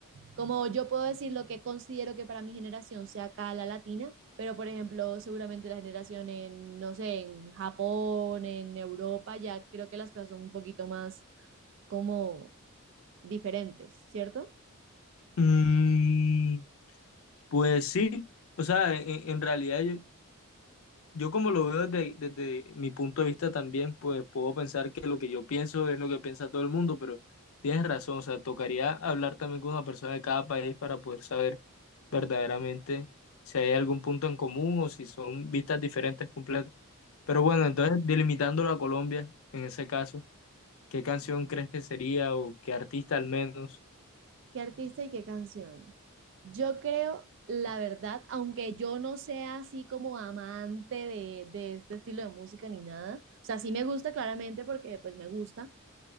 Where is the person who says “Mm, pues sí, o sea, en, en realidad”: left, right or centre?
Left